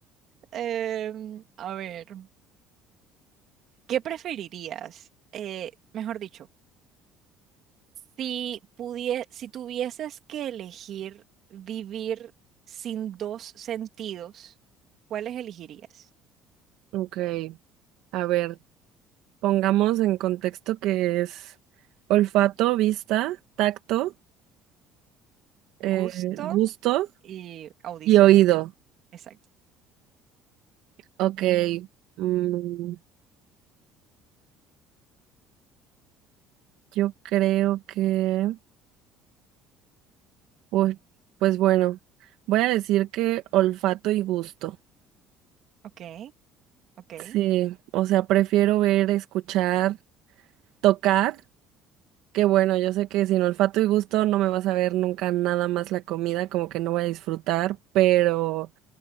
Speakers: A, on the right (about 45°); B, on the right (about 70°).
A: Em, a ver, ¿qué preferirías? Eh, mejor dicho, Si pudie- si tuvieses que elegir vivir sin dos sentidos, ¿cuáles elegirías?
B: Ok, a ver. Pongamos en contexto que es olfato, vista, tacto, eh,
A: Gusto
B: gusto
A: y audición.
B: y oído.
A: Exacto.
B: Ok, mm, yo creo que... Uy, pues bueno, voy a decir que olfato y gusto.
A: Ok, ok.
B: Sí, o sea, prefiero ver, escuchar, tocar, que bueno, yo sé que sin olfato y gusto no me vas a ver nunca nada más la comida, como que no voy a disfrutar, pero